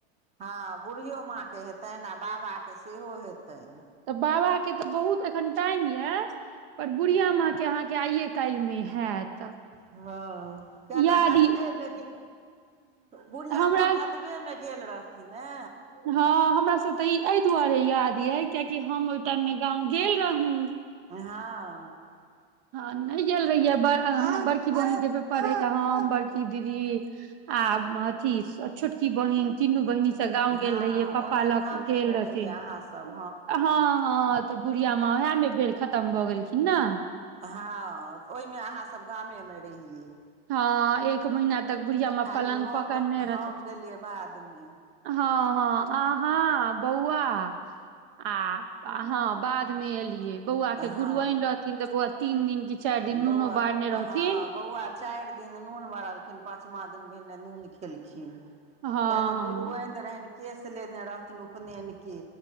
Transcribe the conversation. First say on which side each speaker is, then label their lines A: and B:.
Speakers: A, on the right (about 20°); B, on the right (about 65°).
A: हां बुढ़ियो माँ के हेतैन, आ बाबा के सेहो हेतैन।
B: तऽ बाबा के तऽ बहुत एखन टाइम ये पर बुढ़िया माँ के अहाँ के आइये काल्ह मे हयत
A: हँ किया तऽ
B: याद
A: भादवेमे बुढ़िया
B: हमरा
A: माँ भादवे में गेल रहथिन ने।
B: हँ हमरा सब तऽ ई एहि दुआरे याद य, कि हम त ओहि टाइम मे गाँव गेल रहूं।
A: हां।
B: हँ नहि गेल रहीय है बड़ी बहिन के पेपड त हम बड़की दीदी आ अथी छोटकी बहिन तीनू बहिनी सब गाँंव
A: हँ
B: गेल रहियै पापा
A: ओहि बेर
B: लऽ
A: गामेमे
B: क गेल रहथिन
A: रहियै अहाँसभ
B: हँ। हँ तऽ बुढ़िया माँ उह में बेर खतम भऽ गेलखिन न
A: हँ तऽ ओहि में अहाँ सभ गामे‌ में रहियै।
B: हँ एक महीना तक बुढ़िया
A: आ
B: मां
A: खाली
B: पलंग
A: हम
B: पकड़ने रहते।
A: हम गेलियै बादमे
B: हँ हँ आहां बौआ आ आ हं बाद में एलियै बौआ के गुरुआन
A: हँ
B: रहथिन तऽ बौआ तीन दिन चाइर दिन
A: बौआ
B: नुनो बारने रहथिन।
A: हँ बौआ चाइर दिन नून बारलखिन पाँचमा दिन भेने नून खेलखिन। किए
B: हँ
A: तऽ गुरुआयन
B: हँ
A: रहनि केश लेने रहथिन उपनयन के।